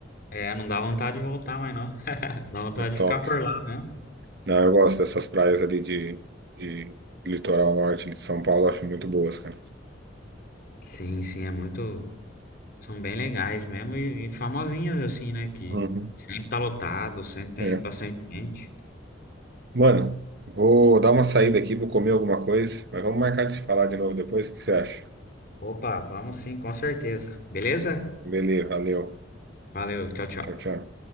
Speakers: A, on the left; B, on the right.
A: é, não dá vontade de voltar, mas não. <laughs> Dá vontade
B: É top.
A: de ficar por lá mesmo.
B: Não, eu gosto dessas praias ali de, de litoral norte de São Paulo, eu acho muito boas, cara.
A: Sim, sim, é muito. São bem legais mesmo e, e famosinhas assim, né? Que
B: Uhum.
A: sempre tá lotado, sempre tem
B: É.
A: bastante gente.
B: Mano, vou dar uma saída aqui, vou comer alguma coisa, mas vamos marcar de se falar de novo depois, o que você acha?
A: Opa, vamos sim, com certeza. Beleza?
B: Beleza, valeu.
A: Valeu, tchau, tchau.
B: Tchau, tchau.